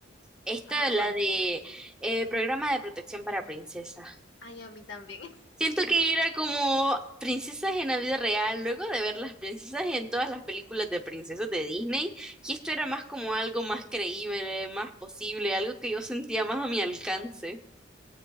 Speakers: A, in the centre; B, on the left.
A: Esta,
B: Ajá,
A: la
B: ¿cuál?
A: de eh, Programa de Protección para Princesas.
B: Ay, a mí también.
A: Siento que era como princesas en la vida real, luego de ver las princesas en todas las películas de princesas de Disney, y esto era más como algo más creíble, más posible, algo que yo sentía más a mi alcance.